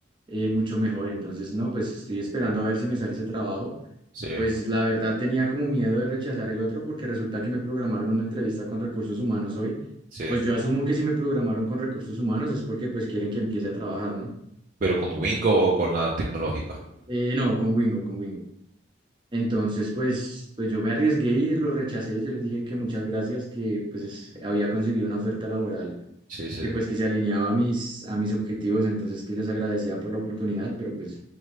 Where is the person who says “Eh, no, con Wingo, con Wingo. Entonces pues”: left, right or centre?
Right